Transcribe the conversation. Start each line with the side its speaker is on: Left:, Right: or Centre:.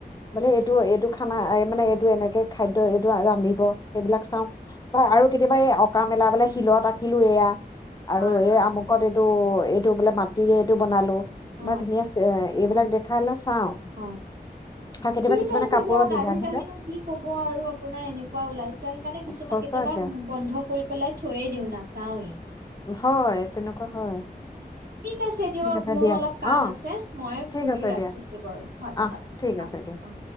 Right: উম।
Left: বোলে এইটো এইটো খানা মানে এইটো এনেকে খাদ্যৰ এইটো <unintelligible> ৰান্ধিব। সেইবিলাক চাওঁ হয় আৰু কেতিয়াবা এই অঁকা মেলা বোলে শিলত আঁকিলো এইয়া। আৰু
Right: হয়
Left: এই
Right: হয়
Left: আমুকত এ। এইটো এইটো বোলে মাটিৰে এইটো বনালো। কিবা
Right: অ
Left: ধুনীয়া। এ এইবিলাক
Right: হয়
Left: দেখালে চাওঁ
Right: হয়
Left: আৰু কেতিয়াবা
Right: ঠিক
Left: কিছুমানে
Right: আছে
Left: কাপোৰৰ
Right: দিয়ক
Left: ডিজাইন
Right: আজিকালো
Left: থাকে
Right: কি কব আৰু আপোনাৰ এনেকুৱা ওলাইছে সেইকাৰণে কিছুমান
Left: সঁচাকে
Right: কেতিয়াবা বন্ধ কৰি পেলাই থৈয়ে দিওঁ নাচাওৱেই।
Left: হয় তেনেকুৱা হয়।
Right: ঠিক আছে দিয়ক
Left: ঠিক আছে
Right: মোৰো
Left: দিয়া
Right: অলপ কাম
Left: অ
Right: আছে মই
Left: ঠিক
Right: ফোনটো
Left: আছে
Right: ৰাখিছো
Left: দিয়া
Right: বাৰু হয়।
Left: অ ঠিক আছে দিয়া